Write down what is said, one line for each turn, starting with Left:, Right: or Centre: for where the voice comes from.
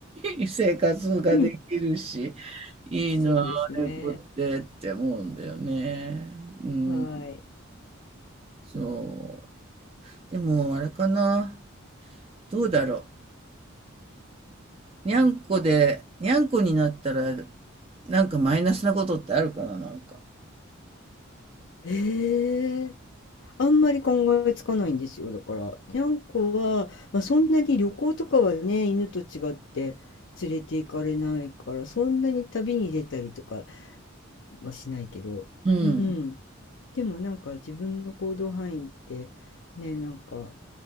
Right: い <laughs> 生活ができるし、
Left: うん。
Right: いいなあ、
Left: そうですね。
Right: 猫ってって思うんだよね。うん、
Left: はい。
Right: そう。でもあれかな、どうだろう。にゃんこで、にゃんこになったら、なんかマイナスなことってあるかな、なんか。
Left: ええあんまり考えつかないんですよ。だから、にゃんこは、まあ、そんなに旅行とかはね、犬と違って連れて行かれないから、そんなに旅に出たりとかはしないけど、
Right: うん。
Left: うん。でもなんか自分の行動範囲って、ね、なんか